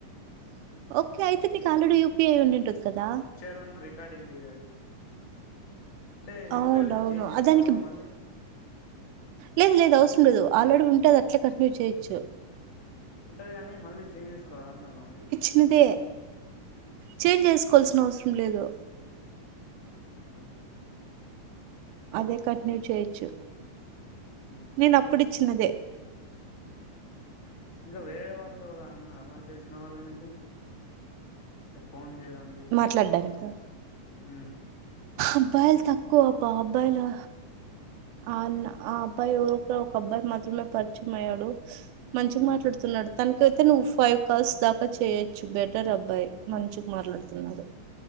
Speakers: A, on the right; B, on the left.
A: ఓకే అయితే నీకు ఆల్రెడీ యూపిఐ ఉండి ఉంటది కదా
B: ఇచ్చారు ఉన్న రికార్డింగ్ ది అది అంటే యూపీఐ
A: అవునవును
B: ఇప్పుడు చేంజ్ చేసుకోవాలా
A: ఆ, దానికి
B: మళ్ళీ
A: లేదు లేదు అవసరం ఉండదు ఆల్రెడీ ఉంటే అది అట్లా కంటిన్యూ చేయచ్చు
B: ఉంటది కానీ మళ్ళీ చేంజ్ చేసుకోవాల అంటాను అది
A: యుపిఐ చేంజ్ చేసుకోవాల్సిన అవసరం లేదు
B: అవును
A: అదే కంటిన్యూ చేయిచు
B: హ్మ్
A: నేను అప్పుడు ఇచ్చినదే
B: ఇంకా వేరే వాళ్ళదిలా ఉన్నారా మరి తెలిసిన వాళ్ళు నీకు ఫోన్ చేయడానికి ఇట్లా
A: మాట్లాడడానికి
B: కాల్ ఉమ్
A: అబ్బాయిలు తక్కువబ్బ అబ్బాయిలు అవును ఆ అబ్బాయి ఒక అబ్బాయి మాత్రమే పరిచయం అయ్యాడు మంచిగా
B: ఉమ్
A: మాట్లాడుతున్నాడు తనకైతే నువ్వు ఫైవ్ కాల్స్ దాకా చేయొచ్చు బెటర్ అబ్బాయి మంచిగ మాట్లాడుతున్నాడు